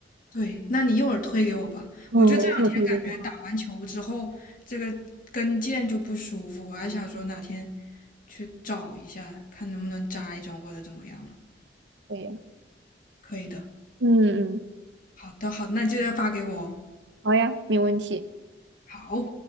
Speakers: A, on the left; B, on the right.
A: 对，那你一会儿推给我吧。
B: 嗯，
A: 我就这两天感觉打完球之后，
B: 我会推给你。
A: 这个跟腱就不舒服，我还想说哪天去找一下，看能不能扎一针或者怎么样了。
B: 对呀，
A: 可以的，
B: 嗯嗯。
A: 好的，好的，那你记得发给我哦
B: 好呀，没问题。
A: 好。